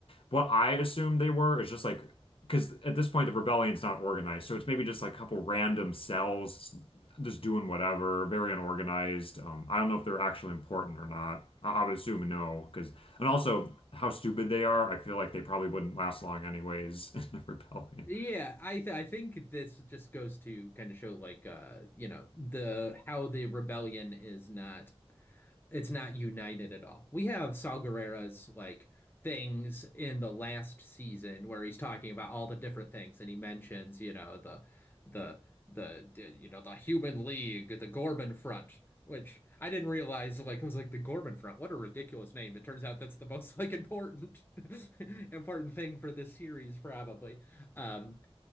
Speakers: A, on the left (about 60°); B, on the left (about 20°).
A: What I assume they were is just like because at this point the rebellion's not organized, so it's maybe just like a couple random cells just doing whatever, very unorganized. Um, I don't know if they're actually important or not. I, I would assume no because and also how stupid they are. I feel like they probably wouldn't last long anyways <laughs> in the rebellion.
B: Yeah, I th I think this just goes to kind of show like uh you know the how the rebellion is not it's not united at all. We have Saw Gerrera's like things in the last season where he's talking about all the different things and he mentions you know the the the, the you know the Human League, the Gorman Front, which I didn't realize like I was like the Gorman Front. What a ridiculous name. It turns out that's the most like important <laughs> important thing for this series probably. Um,